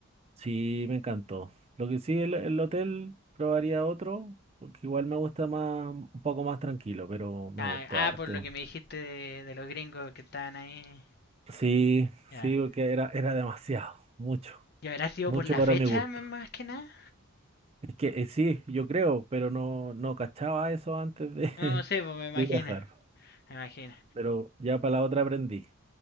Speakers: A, on the right; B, on the left.
A: Sí, me encantó. Lo que sí, el, el hotel probaría otro, porque igual me gusta más, un poco más tranquilo, pero me
B: Ah,
A: gustó
B: ah,
A: harto.
B: por lo que me dijiste de, de los gringos que estaban ahí.
A: Sí,
B: Ya.
A: sí, porque era, era demasiado, <laughs> mucho,
B: ¿Y habrá sido
A: mucho
B: por la
A: para
B: fecha
A: mi gusto.
B: más que nada?
A: Es que eh, sí, yo creo, pero no, no cachaba eso antes de, <laughs>
B: No no sé, pues me imagino.
A: de viajar.
B: Me imagino.
A: Pero ya para la otra aprendí.